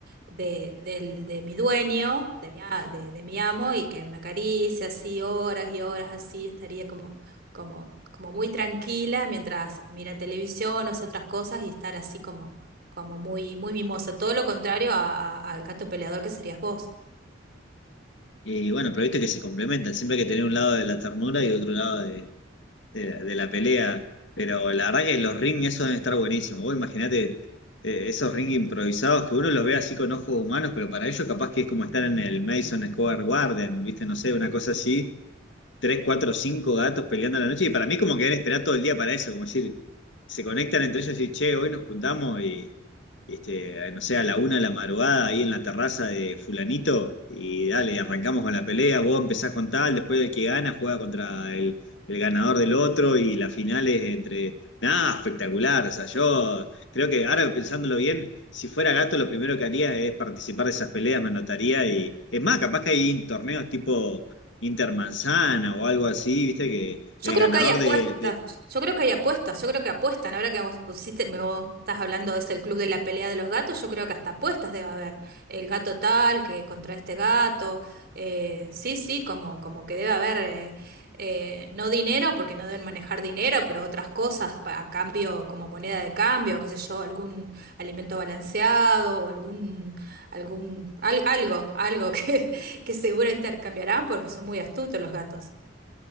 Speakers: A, on the right; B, on the left.
A: de, del- de mi dueño, de mi, a- de, de mi amo, y que me acaricie así horas y horas así, estaría como, como, como muy tranquila mientras mira televisión o hace otras cosas y estar así como, como muy, muy mimosa. Todo lo contrario a- a- al gato peleador que serías vos.
B: Y bueno, pero viste que se complementan. Siempre hay que tener un lado de la ternura y otro lado de, de- de la pelea. Pero la verdad que los ring, eso deben estar buenísimos. Vos imaginate eh, esos ring improvisados que uno los ve así con ojos humanos, pero para ellos capaz que es como estar en el Madison Square Garden, ¿viste? No sé, una cosa así. tres, cuatro, cinco gatos peleando a la noche. Y para mí como que deben esperar todo el día para eso, como decir, se conectan entre ellos y, che, hoy nos juntamos y, este, no sé, a la una de la madrugada ahí en la terraza de fulanito y dale, arrancamos con la pelea, vos empezás con tal, después el que gana juega contra el, el ganador del otro y la final es entre... Nada, espectacular. O sea, yo creo que ahora pensándolo bien, si fuera gato, lo primero que haría es participar de esas peleas, me anotaría y. Es más, capaz que hay torneos tipo Intermanzana o algo así, viste que
A: Yo
B: el
A: creo
B: ganador
A: que hay apuestas,
B: de, de-
A: yo creo que hay apuestas, yo creo que apuestan. Ahora que vos pusiste, me vos estás hablando de ese el club de la pelea de los gatos, yo creo que hasta apuestas debe haber. El gato tal que contra este gato, eh, sí, sí, como, como que debe haber, eh, eh, no dinero, porque no deben manejar dinero, pero otras cosas pa- a cambio, como moneda de cambio, qué sé yo, algún alimento balanceado o algún, algún, al- algo, algo que, <laughs> que seguro intercambiarán porque son muy astutos los gatos.